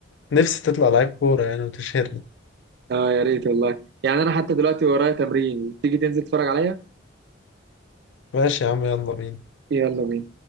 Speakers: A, on the left; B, on the right.
A: نفسي تطلع لعيب كورة يعني وتشهرني
B: اه يا ريت والله يعني انا حتى دلوقتي ورايا تمرين تيجي تنزل تتفرج عليا
A: ماشي يا عم يلا بينا
B: يلا بينا